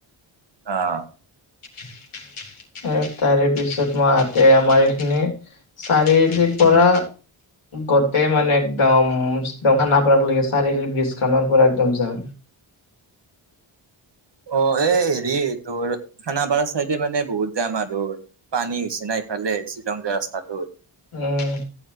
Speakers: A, on the right (about 55°); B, on the left (about 80°).
A: অ'!
B: <unintelligible> এ, তাৰেপিছত মই আহোঁতে, আমাৰ এইখিনিত চাৰিআলিৰ পৰা
A: উম।
B: গোটেই মানে একদম, <unintelligible> খানাপাৰা লৈকে, চাৰিআলি ব্ৰিজ খনৰ পৰা, একদম যাম।
A: অ'! এই সেৰি তোৰ, খানাপাৰা চাইডে মানে, বহুত যাম আৰু। পানী হৈছে না ইফালে, শ্বিলং যোৱা ৰাস্তাটোত।
B: উম।